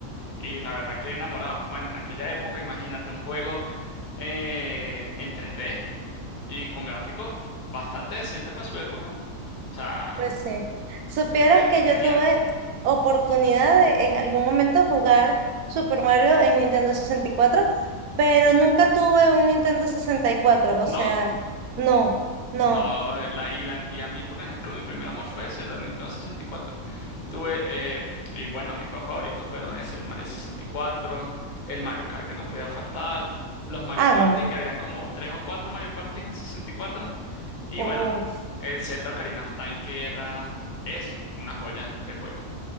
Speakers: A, on the left; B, on the right.
A: y la verdad que enamorado. Bueno, en aquella época imagínate un juego eh, en 3D y con gráficos bastante decente para su época. O sea,
B: pues sí. Supieras
A: eh, fue
B: que
A: genial.
B: yo tuve oportunidad de en algún momento jugar Super Mario en Nintendo sesenta y cuatro, pero nunca tuve un Nintendo sesenta y cuatro.
A: ¿No?
B: o sea, no, no,
A: No, eh, la, y, la- y a mí, por ejemplo, mi primer amor fue ese, la Nintendo sesenta y cuatro. Tuve, eh, y bueno, mis juegos favoritos fueron ese, el Mario sesenta y cuatro, el Mario Kart que no podía faltar, los Mario
B: ah,
A: Party,
B: no.
A: que habían como tres o cuatro Mario Party en 64, y cuatro, y
B: Uf.
A: bueno, el Zelda Ocarina of Time, que era, es una joya de juego.